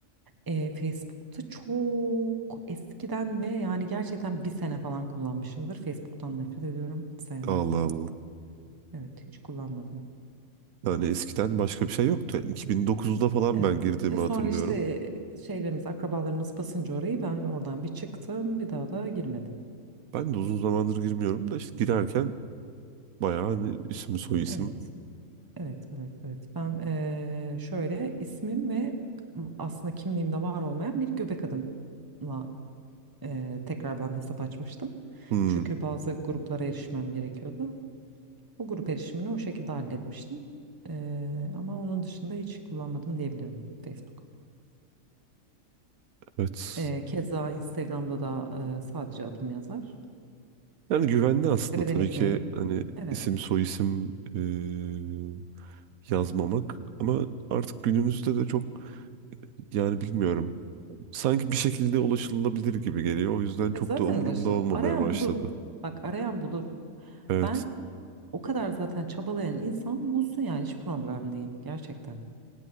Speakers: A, on the right (about 15°); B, on the right (about 80°).
A: eee, Facebook'ta çok eskiden ve yani gerçekten bir sene falan kullanmışımdır. Facebook'tan nefret ediyorum, sevmiyorum.
B: Allah Allah.
A: Evet, hiç kullanmadım.
B: Yani eskiden başka bir şey yoktu. Yani 2009'da falan
A: Evet.
B: ben girdiğimi
A: E sonra
B: hatırlıyorum.
A: işte şeylerimiz, akrabalarımız basınca orayı ben oradan bir çıktım, bir daha da girmedim.
B: Ben de uzun zamandır girmiyorum da işte girerken bayağı hani isim soy isim.
A: Evet. Evet, evet, evet. Ben eee, şöyle ismim ve aslında kimliğimde var olmayan bir göbek adımla eee, tekrardan hesap açmıştım.
B: Hmm,
A: Çünkü bazı gruplara erişmem gerekiyordu. O grup erişimini o şekilde halletmiştim. Eee, ama onun dışında hiç kullanmadım diyebilirim Facebook.
B: evet.
A: Eee, keza Instagram'da da eee, sadece adım yazar.
B: Yani güvenli aslında
A: Tepeden
B: tabii
A: nickname.
B: ki hani
A: Evet.
B: isim soy isim eee, yazmamak ama artık günümüzde de çok yani bilmiyorum. Sanki bir şekilde ulaşılabilir gibi geliyor. O yüzden
A: Ya
B: çok
A: zaten
B: da umurumda
A: ulaşılır.
B: olmamaya
A: Arayan
B: başladı.
A: bulur. Bak arayan bulur.
B: Evet.
A: Ben O kadar zaten çabalayan insan bulsun yani hiç problem değil gerçekten.